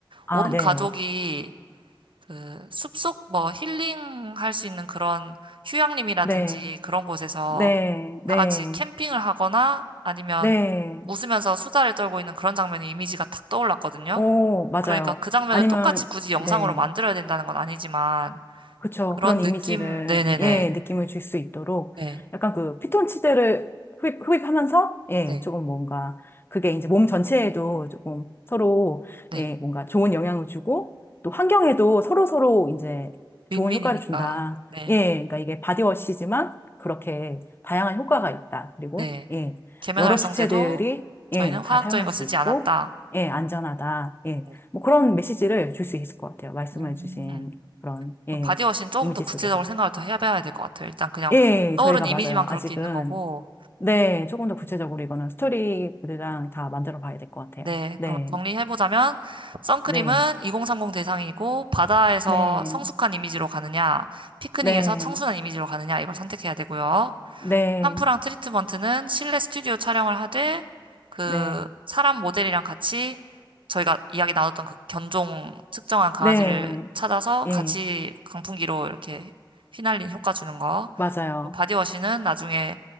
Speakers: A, on the left (about 25°); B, on the right (about 80°).
A: 아,
B: 온
A: 네.
B: 가족이 그 숲속 뭐 힐링 할 수 있는 그런 휴양림이라든지
A: 네.
B: 그런 곳에서
A: 네. 네.
B: 다 같이 캠핑을 하거나 아니면
A: 네.
B: 웃으면서 수다를 떨고 있는 그런 장면의 이미지가 탁 떠올랐거든요.
A: 오, 맞아요.
B: 그러니까 그 장면을
A: 아니면
B: 똑같이 굳이 영상으로
A: 네.
B: 만들어야 된다는 건 아니지만,
A: 그쵸.
B: 그런
A: 그런 이미지를,
B: 느낌, 네네네.
A: 예, 느낌을 줄 수 있도록
B: 네,
A: 약간 그 피톤치드를 흡입, 흡입하면서, 예,
B: 네,
A: 조금 뭔가 그게 이제 몸 전체에도 조금 서로,
B: 네.
A: 예, 뭔가 좋은 영향을 주고 또 환경에도 서로서로 이제
B: 윈윈이니까.
A: 좋은 효과를 준다.
B: 네,
A: 예, 그러니까 이게 바디워시지만 그렇게 다양한 효과가 있다. 그리고,
B: 네.
A: 예,
B: 계면활성제도
A: 여러 주체들이,
B: 저희는
A: 예,
B: 화학적인
A: 다 사용할
B: 거
A: 수
B: 쓰지
A: 있고,
B: 않았다.
A: 예, 안전하다. 예,
B: 네.
A: 뭐 그런 메시지를 줄 수 있을 것 같아요. 말씀해
B: 음.
A: 주신 그런, 예.
B: 바디워시는 조금
A: 이미지
B: 더 구체적으로
A: 속에서.
B: 생각을 더 해봐야 될 것 같아요. 일단 그냥
A: 예,
B: 떠오른
A: 저희가
B: 이미지만
A: 맞아요.
B: 그렇게
A: 아직은.
B: 있는 거고.
A: 네, 조금 더 구체적으로
B: 음.
A: 이거는 스토리보드랑 다 만들어 봐야 될 것 같아요.
B: 네,
A: 네,
B: 그럼 정리해보자면, 선크림은
A: 네,
B: 2030 대상이고, 바다에서
A: 네,
B: 성숙한 이미지로 가느냐, 피크닉에서
A: 네,
B: 청순한 이미지로 가느냐, 이걸 선택해야 되고요.
A: 네,
B: 한프랑 트리트먼트는 실내 스튜디오 촬영을 하되 그
A: 네,
B: 사람 모델이랑 같이 저희가 이야기 나눴던 그 견종 특정한 강아지를
A: 네,
B: 찾아서
A: 예,
B: 같이 강풍기로 이렇게 휘날린 효과 주는 거.
A: 맞아요.
B: 그리고 바디워시는 나중에